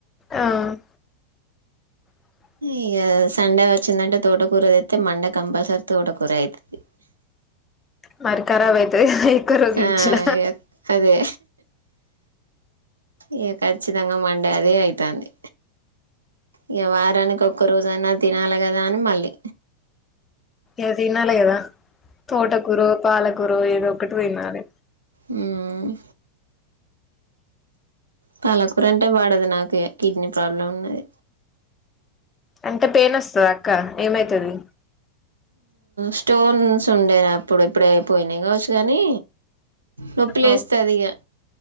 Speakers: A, on the left (about 20°); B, on the right (about 75°).
A: ఆహాయ్ <inaudible>
B: ఇక సండే వచ్చిందంటే తోటకూర అయితే మండే కంపల్సరీ తోటకూర అవుతుంది
A: మరి కరబ్ అయితుంది ఎక్కువ రోజులంచిన
B: ఆ అదే ఇక ఖచ్చితంగా మండే అదే అవుతుంది ఇక వారానికి ఒక్క రోజ అయినా తినాలి కదా అని మళ్ళీ
A: ఏ తినాలి కదా తోటకూర పాలకూర ఏద ఒకటి తినాలి
B: ఉహ్ పాలకూర అంటే బడది నాకు కిడ్నీ ప్రాబ్లం ఉన్నది
A: అంటే పెయిన్ వస్తుదా అక్క ఏమైతది
B: స్టోన్స్ ఉండేనా అప్పుడు ఇప్పుడే పోయినాయి కావచ్చు కానీ నొప్పి లేస్తదిక
A: అవు